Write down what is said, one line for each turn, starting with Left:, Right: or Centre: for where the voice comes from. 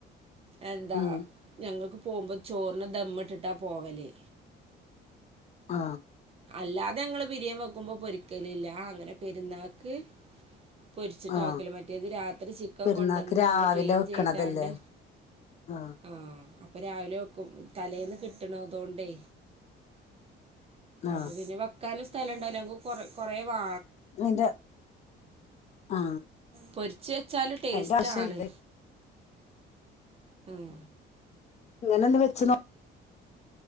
Right: എന്താ
Left: ഉം
Right: ഞങ്ങൾക്ക് പോകുമ്പോ ചോറിന ദമ്മിട്ടിട്ടാ പോവലേ
Left: ആ
Right: അല്ലാതെ ഞങ്ങള്ൾ ബിരിയാണി വെക്കുമ്പോ പൊരിക്കലല്ല അങ്ങനെ പെരുന്നാക്ക് പൊരിച്ചിട്ട്
Left: ആ
Right: നോക്കല മറ്റേത് രാത്രി ചിക്കൻ
Left: പെരുന്നാക്ക്
Right: കൊണ്ടന്ന്
Left: രാവിലെ
Right: വന്ന് ക്ലീൻ
Left: വെക്കണതല്ലേ
Right: ചെയ്താണ്ട്
Left: ആ
Right: ആഹ് അപ്പൊ രാവിലെ വെക്കും തലേന്ന് കിട്ടണതൊണ്ടേ
Left: ആ
Right: അപ്പൊ പിന്നെ വെക്കാനും സ്ഥലഇണ്ടാവൂല അല്ലെങ്കിൽ കൊ കൊറെ വാ
Left: <unintelligible> ആ
Right: പൊരിച്ച് വെച്ചാല് ടേസ്റ്റാണ്.
Left: അതിന്റെ ആവശ്യമില്ലേ
Right: മം
Left: ഇങ്ങനെ ഒന്ന് വെച്ച നോ